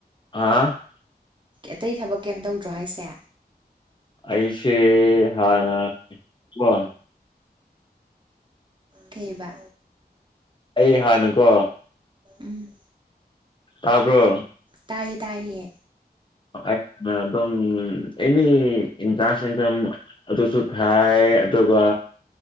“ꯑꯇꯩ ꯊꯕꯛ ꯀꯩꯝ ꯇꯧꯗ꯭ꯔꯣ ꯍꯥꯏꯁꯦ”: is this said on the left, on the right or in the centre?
Right